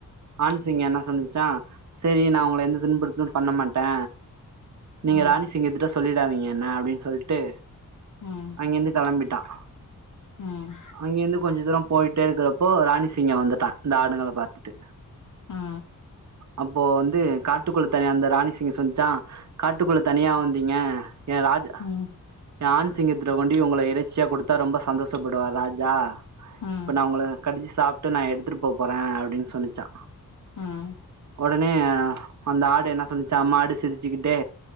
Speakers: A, on the right; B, on the left.
A: ஆண்சிங்கோ என்ன சொன்னுச்சா சேரி நா உங்கள எந்த துன்புறுத்து பண்ண மாட்டே நீங்க
B: ஆ ஆ
A: ராணி சிங்கத்துட்ட சொல்லிடாதீங்க ன்ன அப்டின் சொல்ட்டு
B: ம்
A: அங்க இருந்து கெளம்பிட்டான்
B: ம்
A: இங்க இருந்து கொஞ்சோ தூரோ போய்ட்டே இருக்கிறப்போ ராணி சிங்கோ வந்துட்டா இந்த ஆடுங்கள பாத்துட்டு
B: ஆ ஆ ம் ஆ ஆ ஆ ஆ ஆ ஆ ஆ
A: அப்போ வந்து காட்டுக்குள்ள தனியா இருந்த ராணி சிங்கோ சொன்ச்சா காட்டுக்குள்ள தனியா வந்தீங்க என் ராஜ்
B: ம்
A: ஏன் ஆண் சிங்கத்துட்ட கொண்டி உங்கள இறைச்சியா கொடுத்தா ரொம்ப சந்தோஷப்படுவார் ராஜா
B: ஆ
A: இப்ப நா உங்கள கடிச்சு சாப்ட்டு நா எடுத்துட்டு போ போறே அப்டினு சொன்னுச்சா
B: ம்
A: ஒடனே அந்த ஆடு என்ன சொன்னுச்சா மாடு சிரிச்சிக்கிட்டே